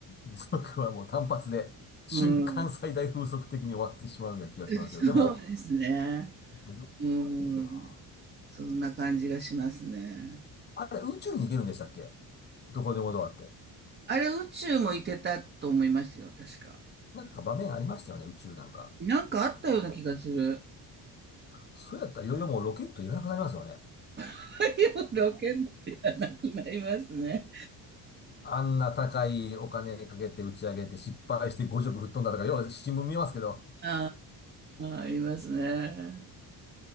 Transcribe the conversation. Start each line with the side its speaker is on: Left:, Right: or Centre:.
Left: 風速はもう単発で、瞬間最大風速的に終わってしまうような気がしますけど、
Right: うん。<laughs>
Left: でも、
Right: そうですね。
Left: 旅行できるな。
Right: うーん。そんな感じがしますね。
Left: あれ、宇宙に行けるんでしたっけどこでもドアって。
Right: あれ、宇宙も行けたと思いますよ、確か。
Left: なんか場面ありましたよね、宇宙なんか。
Right: なんかあったような気がする。
Left: あったかなそうやったらいよいよもうロケットいらなくなりますよね。
Right: <laughs> 太陽の権じゃなくなりますね。
Left: あんな高いお金かけて打ち上げて失敗して5色吹っ飛んだとか、よは新聞見ますけど、
Right: ああ、ああありますね。